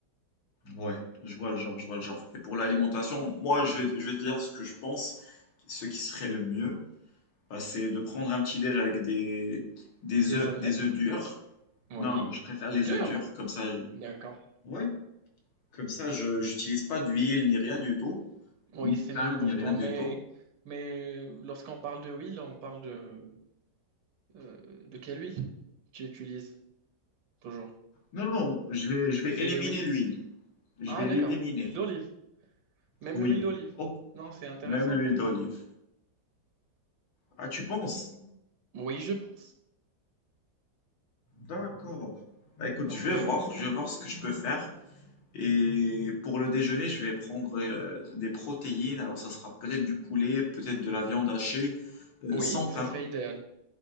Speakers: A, on the left (about 80°); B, on the right (about 85°).
A: Ouais, je vois le genre, je vois le genre. Et pour l'alimentation, moi, je vais, je vais te dire ce que je pense, ce qui serait le mieux, bah, c'est de prendre un petit déj avec des, des
B: Des
A: œufs,
B: omelettes.
A: des œufs durs.
B: Oui.
A: Non, je préfère les
B: Dur.
A: œufs durs, comme ça. j'ai-
B: D'accord.
A: Ouais, Comme ça, je j'utilise pas d'huile ni rien du tout,
B: Oui,
A: ni
B: c'est
A: pain
B: mieux pour
A: ni rien
B: toi.
A: du
B: Mais,
A: tout.
B: mais lorsqu'on parle de huile, on parle de, euh, de quelle huile tu utilises toujours?
A: Non, non, je vais, je vais
B: C'est
A: éliminer
B: les huiles.
A: l'huile. Je
B: Ah,
A: vais
B: d'accord.
A: l'éliminer.
B: Huile d'olive. Même
A: Oui.
B: le huile d'olive.
A: Oh,
B: Non, c'est intéressant
A: même l'huile
B: pour
A: d'olive.
B: toi.
A: Ah, tu penses?
B: Oui, je pense.
A: D'accord. Bah écoute,
B: Bah,
A: je
B: c'est...
A: vais voir, je vais voir ce que je peux faire. Et pour le déjeuner, je vais prendre euh, des protéines. Alors, ça sera peut-être du poulet, peut-être de la viande hachée, euh,
B: Oui,
A: sans pain.
B: ça serait idéal.